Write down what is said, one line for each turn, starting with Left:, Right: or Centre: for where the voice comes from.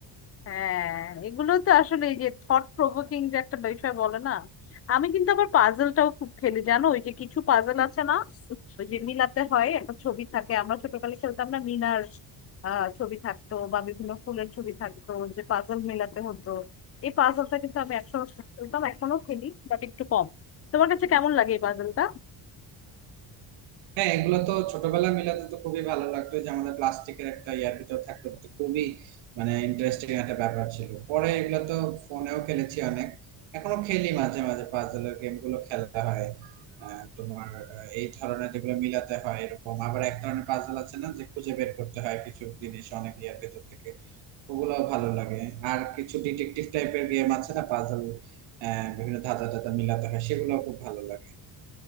Left: হ্যাঁ এগুলো তো আসলে এই যে থট প্রভোকিং যে একটা বিষয় বলে না আমি কিন্তু আবার পাজলটাও খুব খেলি জানো ওই যে কিছু পাজল আছে না ওই যে মিলাতে হয় একটা ছবি থাকে আমরা ছোটকালে খেলতাম না মিনার আহ ছবি থাকতো বা বিভিন্ন ফুলের ছবি থাকতো যে পাজল মিলাতে হতো এই পাজলটা কিন্তু আমি একসময় খেলতাম এখনো খেলি বাট একটু কম তোমার কাছে কেমন লাগে এই পাজলটা
Right: হ্যাঁ এগুলো তো ছোটবেলায় মিলাতে তো খুবই ভালো লাগতো যে আমাদের প্লাস্টিকের একটা ইয়ার ভিতর থাকতো এটা তো খুবই মানে ইন্টারেস্টিং একটা ব্যাপার ছিল পরে এগুলো তো ফোনেও খেলেছি অনেক এখনো খেলি মাঝে মাঝে পাজলের গেম গুলো খেলা হয় আহ, তোমার আহ, এই ধরনের যেগুলো মিলাতে হয় এরকম আবার এক ধরনের পাজল আছে না যে খুঁজে বের করতে হয় কিছু জিনিস অনেক ইয়ার ভেতর থেকে ওগুলো ভালো লাগে আর কিছু ডিটেকটিভ টাইপের গেম আছে না পাজল বিভিন্ন ধাঁধা টাধা মিলাতে হয় সেগুলো খুব ভালো লাগে